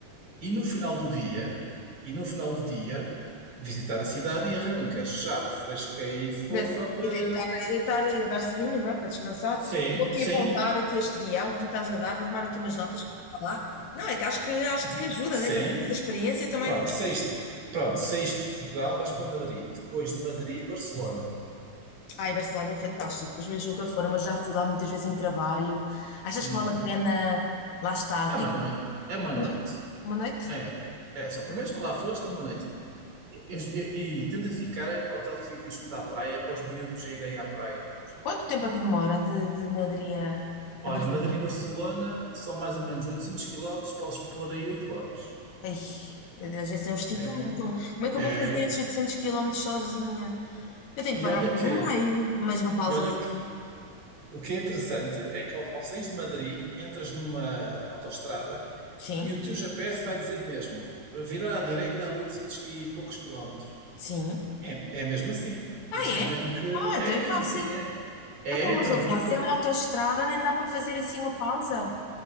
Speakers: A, on the right; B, on the left.
A: E no final do dia, e no final do dia, visitar a cidade e arrancas já fresca e fofa
B: de-
A: para
B: E deitar, e deitar, e deitar cedinho, não é? Para descansar.
A: Sim,
B: Vou aqui
A: sim,
B: apontar aqui este guião que me estás a dar, vou tomar aqui umas notas para falar. Não, é que acho que, acho
A: de-
B: que ajuda,
A: sim.
B: né? Já tive essa experiência também.
A: Pronto, saíste. Pronto, saíste de Portugal, vais para Madrid. Depois de Madrid, Barcelona.
B: Ai, Barcelona é fantástico. Os meus nunca foram, mas já fui lá muitas vezes em trabalho. Achas
A: Uhum.
B: que vale a pena? Lá está.
A: É
B: O que
A: uma
B: é que...
A: noite. É uma
B: não?
A: noite.
B: Uma noite?
A: É. É, só primeiro já lá foste, é uma noite. E, e- e tenta ficar em um hotel que fica junto à praia, para os miúdos já irem à praia.
B: Quanto tempo é que demora de, de Madrid a,
A: Olha,
B: a Barcelona?
A: Madrid e Barcelona são mais ou menos 800 quilómetros, podes pôr aí 8 horas.
B: Ai, meu Deus, esse é um esticão.
A: É,
B: Então, como é que
A: é.
B: eu vou fazer esses 800 quilómetros sozinha? Eu tenho
A: E
B: que parar
A: olha
B: pelo
A: que,
B: meio, mas uma pausa
A: e olha
B: assim.
A: O que é interessante é que ao, ao sair de Madrid, entras numa autoestrada
B: Sim,
A: e o teu GPS vai dizer mesmo, virar à direita a 800 e poucos quilómetros.
B: sim.
A: É, é mesmo assim. Por
B: Ah,
A: isso
B: é?
A: tens mesmo que...
B: Ah,
A: É
B: então é
A: mesmo
B: fácil.
A: assim, é. É,
B: Então,
A: é
B: mas
A: tranquilo
B: ouve lá, se
A: para...
B: é uma autoestrada, nem dá para fazer assim uma pausa.